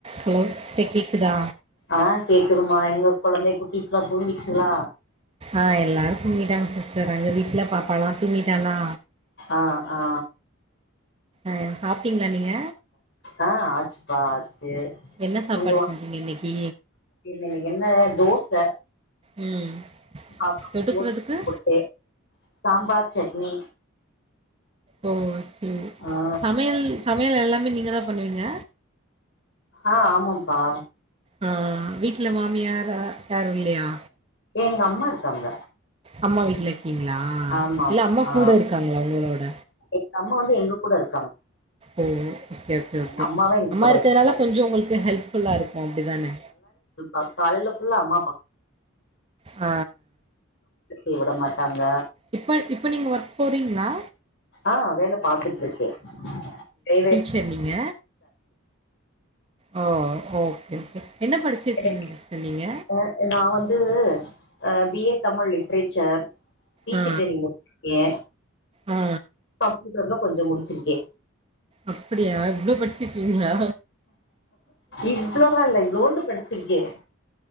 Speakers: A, on the right; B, on the left.
A: ஹலோ ஸ்ட்ட கேக்குதா
B: ஆ கேக்குதுமா இன்னு குழந்தை குட்டிஸ்லா தூங்கிச்சிங்ளா
A: ஆ எல்லாரு தூங்கிட்டாங் சிஸ்டர் அங்க வீட்ல பாப்பாலா தூங்கிட்டானா
B: ஆ ஆ
A: ஆ சாப்ட்டீங்ளா நீங்க
B: ஆ ஆச்சுப்பா ஆச்சு
A: என்ன சாப்பாடு
B: கொஞ்சுவோட்
A: செஞ்சீங்க இன்னைக்கு
B: இல்லல்ல என்ன தோச
A: ம்
B: அப்டி
A: தொட்டுக்கிறதுக்கு
B: போட்டு குடுத்தே சாம்பார் சட்னி
A: ஓ ச்சேரி
B: ஆ
A: சமையல் சமையல் எல்லாமே நீங்க தா பண்ணுவீங்க
B: ஆ ஆமம்ப்பா
A: அ வீட்ல மாமியாரா யாரு இல்யா
B: எங்கம்மா இருக்காங்க
A: அம்மா வீட்ல இருக்கீங்ளா
B: ஆமா
A: இல்ல அம்மா
B: ஆ
A: கூட இருக்காங்ளா உங்களோட
B: எங்க அம்மா வந்து எங்க கூட இருக்காங்
A: ஓ யாகே ஓகே
B: அம்மாவ எங்க
A: அம்மா
B: கூட
A: இருக்கரால
B: வச்சுப்போ
A: கொஞ்சு உங்குள்க்கு ஹெல்ப்ஃபுல்லா இருக்கு அப்டிதானே
B: அ காலைல ஃபுல்லா அம்மா பா
A: அ
B: எ விடமாட்டாங்க
A: இப்பல் இப்ப நீங்க வர்க் போறீங்ளா
B: அ வேல பாத்துட்ருக்கே ப்ரைவே
A: ச்சர் நீங்க ஓ ஓக் இர்க்கு என்ன படிச்சிர்க்கீங்
B: எனக்கு
A: சிஸ்டர் நீங்க
B: அ நா வந்து அ பி ஏ தமிழ் லிட்ரேச்சர் டீச்சர்
A: ஆ,
B: ட்ரைனிங் முட் யே
A: ஆ.
B: கம்ப்யூட்டர்ல கொஞ்சு முடுச்சிரி
A: அப்படியா இவ்ளோ படிச்சிர்க்கீங்ளா
B: இவ்ளோல்லா இல்ல இவ்ளோண்டு படிச்சிருக்கே